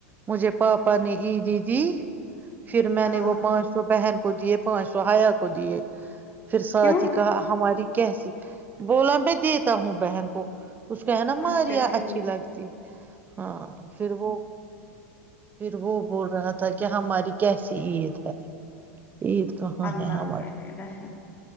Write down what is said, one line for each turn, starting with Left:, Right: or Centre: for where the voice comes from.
Right: مجھے پاپا نے ای دییدی پھر میں
Left: ہاں
Right: نے وہ پانچ سو بہن کو دیے پانچ سو ہایا کو دیے پھر ساتھ
Left: کیوں
Right: ہی کہا ہماری کیسی بولا میں دیتا ہوں بہن کو خشکانم آارییا
Left: اچھا ٹھیک
Right: اچھی لگتی ہاں پھر وہ پھر وہ بول رہا تھا کہ ہماری کیسی عید ہے عید کہاں
Left: اللہ
Right: ہے ہمار
Left: کرے رحم